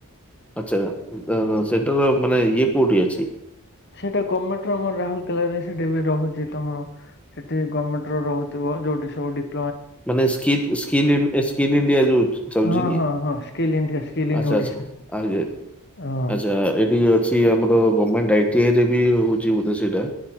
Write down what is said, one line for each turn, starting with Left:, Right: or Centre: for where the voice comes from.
Centre: ଆଚ୍ଛା ନା ନା ସେଟାର ମାନେ ଇଏ କୋଉଟି ଅଛି?
Left: ସେଟା ଗମେଣ୍ଟ ଆମର ରାହୁଲକେଲାରେ ସେଠି ବି ରହୁଚି ତୋମର ସେଠି ଗମେଣ୍ଟ ରେ ବହୁତ ଭ ମା ଯୋଉଟି ସୋଉଟି
Centre: ମାନେ skill a skill in a skill India ଯୋଉ ଚାଲୁଚି
Left: ହଁ
Centre: କି?
Left: ହଁ ହଁ ସ୍କିଲ୍ ଇଣ୍ଡିଆ ସ୍କିଲ୍ ଇନ୍
Centre: ଆଚ୍ଛା,
Left: ଓଡିଶା
Centre: ଆଚ୍ଛା, ଆଜ୍ଞା,
Left: ହଁ
Centre: ଆଚ୍ଛା ଏଠି ଅଛି ଆମର ଗମେଣ୍ଟ ଆ ଟେଜ ବି ହଉଚି ବୋଧେ ସେଇଟା